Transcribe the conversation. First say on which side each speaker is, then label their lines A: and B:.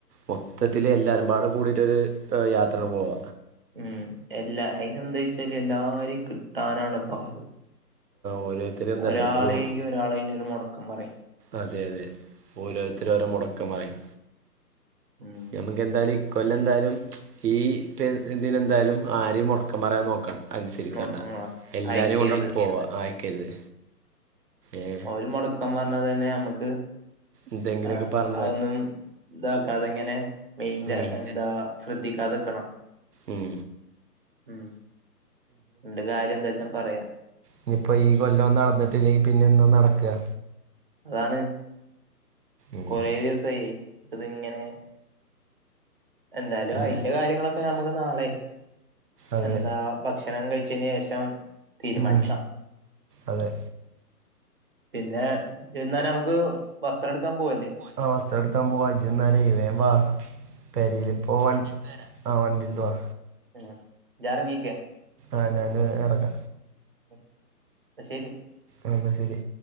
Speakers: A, on the right; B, on the right.
A: മൊത്തത്തില് എല്ലാരുപാടെ കൂടീട്ടൊരു യാത്ര പോവ
B: ഉം എല്ലാ അയിനെന്തായ്ച്ചാല് എല്ലാരിം കിട്ടാനാണ് പാട്
A: ഓരോരുത്തർ എന്താ
B: ഒരാളേങ്കി
A: പറയുക ജോ
B: ഒരാളനയ്നൊരു മൊടക്കം പറിം
A: അതെ അതെ ഓരോര്ത്തരോരോ മുടക്കംപറിം
B: ഉം
A: ഞമ്മ എന്തായ്ലും ഇ കൊല്ലം എന്തായ്ലും ഈ ഇപ്പ ഇതിനെന്തായ്ലും ആരിം മൊട്ക്കം പറയാൻ നോക്ക അൻസരിക്കേണ്ട
B: ന്ന ആഹ്
A: എല്ലാരെയും
B: അയക്കരുത്
A: കൊണ്ടണ്ട് പോവാ ആയ്ക്കരുത് ഏഹ്
B: ഒരു മൊടക്കം വന്നതന്നെ നമ്മക്ക്
A: എന്തെങ്കിലുമൊക്കെ
B: ആ
A: പറഞ്ഞ്
B: അതൊന്നും ന്താക്കാതിങ്ങനെ മെയിൻന്റെ
A: ഉം.
B: എന്താ ശ്രദ്ധിക്കാതക്കണം
A: ഉം
B: ഉം ന്ത്‌ കാര്യ എന്താച്ചാൽ പറയാ
A: ഇഞ്ഞിപ്പോ ഈ കൊല്ലം നടന്നിട്ടില്ലെങ്കിപിന്നെ എന്നോ നടക്ക
B: അതാണ്
A: ഉം.
B: കൊറേ ദിവസയി ഇതിങ്ങനെ എന്തായലും
A: ഉം.
B: അയിന്റെ കാര്യങ്ങളൊക്കെ നമുക്ക് നാളെ
A: അതെ
B: എന്താ ഭക്ഷണം കഴിച്ചന് ശേഷം തീരുമാനിക്കാം
A: ഉം. അതെ
B: പിന്നെ എന്നാനമുക്ക് വസ്ത്രട്ക്കാൻ പോവ
A: ആഹ് വസ്ത്രട്ക്കാൻ പോവാ ഇജ്ജന്നാല വേം
B: ഉം
A: വാ പെരീലിപ്പ വണ്ടി ആഹ് വണ്ടിട്ത്തവാ
B: ഏഹ് ജർങ്ങിക്കെ
A: ആഹ് ഞാന് എറങ്ങ
B: അഹ് ന്നശരി
A: ആഹ് ന്നശരി